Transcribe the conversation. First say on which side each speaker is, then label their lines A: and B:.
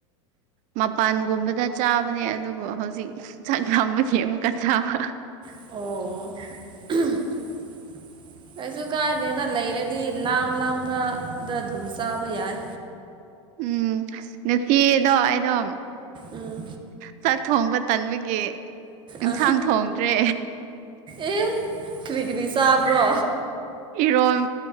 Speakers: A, on the right; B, on the right.
A: ꯃꯄꯥꯟꯒꯨꯝꯕꯗ ꯆꯥꯕꯅꯦ ꯑꯗꯨꯕꯨ ꯍꯧꯖꯤꯛ ꯆꯥꯛ ꯂꯥꯝꯕꯒꯤ ꯑꯃꯨꯛꯀ ꯆꯥꯕ꯫
B: ꯑꯣ ꯀꯩꯁꯨ ꯀꯥꯏꯗꯦꯅ ꯂꯩꯔꯗꯤ ꯂꯥꯝ ꯂꯥꯝꯕꯗ ꯑꯗꯨꯝ ꯆꯥꯕ ꯌꯥꯏ꯫
A: ꯎꯝ ꯉꯁꯤꯗꯣ ꯑꯩꯗꯣ
B: ꯎꯝ
A: ꯆꯥꯛ ꯊꯣꯡꯕ ꯇꯟꯕꯒꯤ ꯑꯦꯟꯁꯥꯡ
B: ꯑ
A: ꯊꯣꯡꯗ꯭ꯔꯦ꯫
B: ꯑꯦ ꯀ꯭ꯔꯤ ꯀ꯭ꯔꯤ ꯆꯥꯕ꯭ꯔꯣ?
A: ꯏꯔꯣꯝ